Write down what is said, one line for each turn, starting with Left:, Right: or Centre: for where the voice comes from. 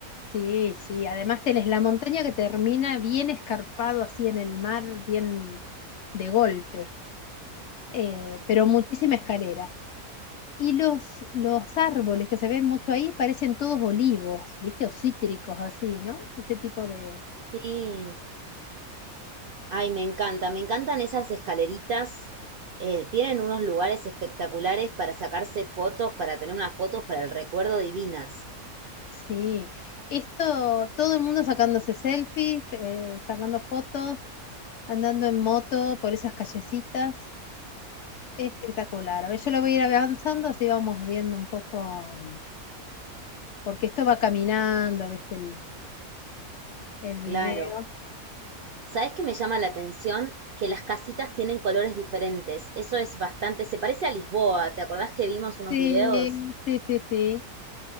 Left: Sí, sí, además tenés la montaña que termina bien escarpado así en el mar, bien de golpe, eh, pero muchísima escalera. Y los, los árboles que se ven mucho ahí parecen todos olivos, ¿viste? O cítricos, así, ¿no? Ese tipo de...
Right: Sí. Ay, me encanta, me encantan esas escaleritas. eh, tienen unos lugares espectaculares para sacarse fotos, para tener unas fotos para el recuerdo divinas.
Left: Sí. Esto, todo el mundo sacándose selfies, eh, sacando fotos, andando en moto por esas callecitas. Espectacular. A ver, yo lo voy a ir avanzando, así vamos viendo un poco, porque esto va caminando, ¿viste? El, el
Right: Claro.
Left: video.
Right: ¿Sabes qué me llama la atención? Que las casitas tienen colores diferentes. Eso es bastante, se parece a Lisboa. ¿Te acordás que vimos unos
Left: Sí,
Right: videos?
Left: sí, sí, sí.